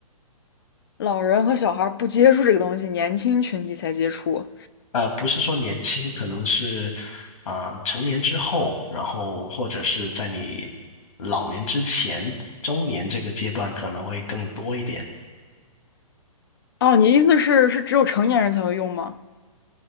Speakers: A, on the left; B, on the left.
A: 老人和小孩儿不接触这个东西，年轻群体才接触。
B: 呃，不是说年轻，可能是啊、呃成年之后，然后或者是在你老年之前，中年这个阶段可能会更多一点。
A: 哦，你意思是是只有成年人才会用吗？